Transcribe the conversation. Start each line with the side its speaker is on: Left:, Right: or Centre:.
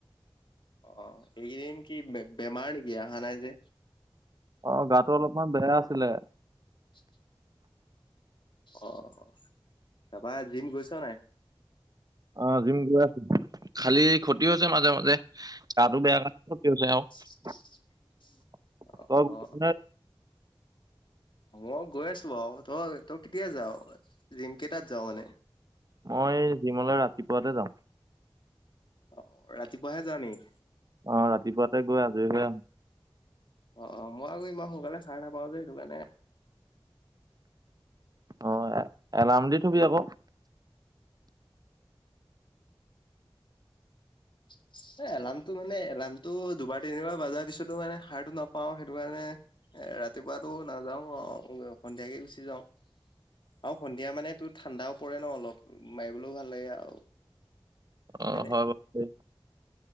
Left: অঁ' এইকেইদিন কি বে-বেমাৰ নেকি আহা নাই যে?
Right: অঁ' গাটো অলপমান বেয়া আছিলে।
Left: <unintelligible> অঁ' তাৰপৰা এই জিম গৈছ নাই?
Right: অঁ' জিম গৈ আছোঁ। খালি ক্ষতি হৈছে মাজে মাজে। গাটো বেয়া কাৰণে ক্ষতি হৈছে আৰু।
Left: <unintelligible>
Right: <unintelligible>
Left: অ অ মই গৈ আছোঁ বাৰু। তই তই কেতিয়া যাওঁ, জিম কেইটাত যাওঁ মানে?
Right: মই জিমলৈ ৰাতিপুৱাতে যাম।
Left: অ', ৰাতিপুৱাহে যাওঁ নিকি?
Right: অ', ৰাতিপুৱাতে গৈ আজৰি হৈ আহো।
Left: অ', অ' মই আকৌ ইমান সোনকালে সাৰ নাপাওঁ যে সেইটো কাৰণে
Right: অ', এলাৰ্ম দি থবি আকৌ
Left: এ, এলাৰ্মটো মানে এলাৰ্মটো দুবাৰ তিনিবাৰ বাজাৰ পিছতো মানে সাৰটো নাপাওঁ। সেইটো কাৰণে এ, ৰাতিপুৱাটো নাযাওঁ আৰু সন্ধিয়াকে গুচি যাওঁ। আৰু সন্ধিয়া মানে তোৰ ঠাণ্ডাও পৰে ন, অলপ মাৰিবলৈও ভাল লাগে আৰু
Right: অ',
Left: তেনে
Right: হয় <inaudible>